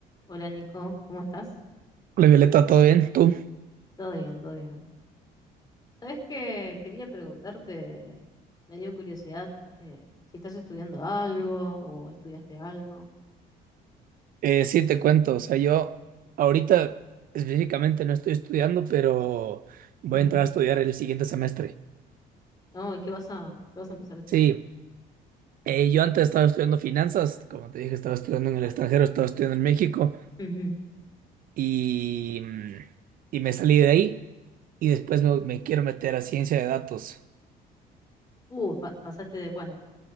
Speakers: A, on the left (about 25°); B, on the right (about 55°).
A: Hola Nico, ¿cómo estás?
B: Hola Violeta, ¿todo bien? ¿Tú?
A: Todo bien, todo bien. ¿Sabes qué? Quería preguntarte, me dio curiosidad, eh, si estás estudiando algo o estudiaste algo.
B: Eh, sí, te cuento, o sea, yo ahorita específicamente no estoy estudiando, pero voy
A: Ujú.
B: a entrar a estudiar el siguiente semestre.
A: Oh, ¿y ¿qué vas a, qué vas a empezar a estudiar?
B: Sí, eh, yo antes estaba estudiando finanzas, como te dije, estaba estudiando en el extranjero, estaba estudiando en México
A: Ujú.
B: y, mm, y me salí de ahí y después me, me quiero meter a ciencia de datos.
A: Uh, pa- pasaste de, bueno,